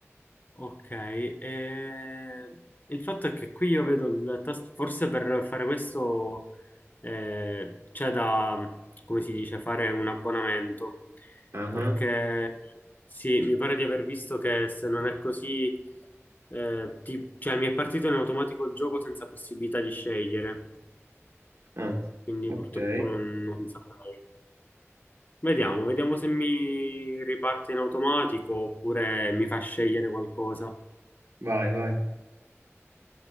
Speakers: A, on the left; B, on the right.
A: Ok, eh, il fatto è che qui io vedo il tasto, forse per fare questo eh, c'è da, come si dice, fare un abbonamento,
B: Ah,
A: perché sì, mi pare di aver visto che se non è così, eh, ti- cioè mi è partito in automatico il gioco senza possibilità di scegliere,
B: ah,
A: quindi
B: ok,
A: purtroppo non, non saprei. Vediamo, vediamo se mi riparte in automatico oppure mi fa scegliere qualcosa.
B: vai, vai.